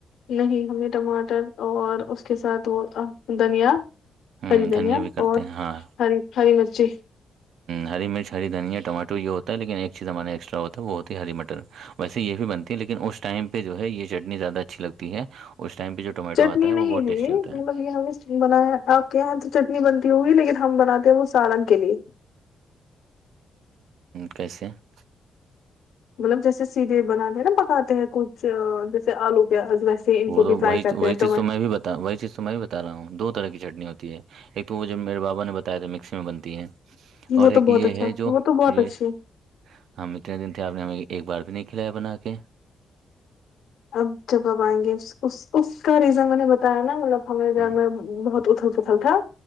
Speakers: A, on the left (about 75°); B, on the right (about 75°).
A: نہیں ہمیں ٹماٹر اور اس کے ساتھ وہ دھنیا
B: ہوں
A: ہری دنیا
B: دھنیا بھی کرتے
A: اور
B: ہیں ہاں
A: ہری ہری مرچی
B: ہری مرچ ہری دھنیا ٹماٹو یہ ہوتا ہے لیکن ایک چیز ہمارا ایکسٹا ہو ہے وہ ہوتی ہے ہری مٹر ویسے یہ بھی بنتی ہے لیکن اس ٹائم پہ جو ہے یہ چٹنی زیادہ اچھی لگتی ہے اس ٹائم پہ جو ٹمیٹو
A: چٹنی
B: آتا
A: نہیں
B: وہ بہت
A: ہے
B: ٹیسٹی
A: یہ
B: ہوتا
A: یہ ہم بنا ہے آپ کے یہاں تو چٹنی بنتی ہوگی لیکن ہم بناتے ہیں وہ سالن کے لیے
B: کیسے <unintelligible>
A: مطلب جیسے سیدھے بنانے نا پکاتے ہیں کچھ جیسے آلو پیاز ویسے ان
B: وہ
A: کو
B: تو
A: بھی فرائی
B: وہ
A: کرتے
B: وہی
A: ہیں ٹماٹر
B: چیز تو میں بھی بتا وہی چیز تو میں بھی بتا رہا ہوں دو طرح کی چٹنی ہوتی ہے ایک تو وہ جب میرے بابا نے بتایا تھا مکسی میں بنتی ہے اور
A: وہ تو
B: ایک
A: بہت
B: یہ
A: اچھا
B: ہے جو
A: وہ تو بہت
B: یہ
A: اچھی ہے
B: ہم اتنے دن تھے آپ نے ہمیں ایک بار بھی نہیں کھلایا بنا کے
A: اب جب اب آئیں گے اس کا ریزن میں نے بتایا نا مطلب ہم ج
B: ہ
A: بہت اتھل پتھل تھا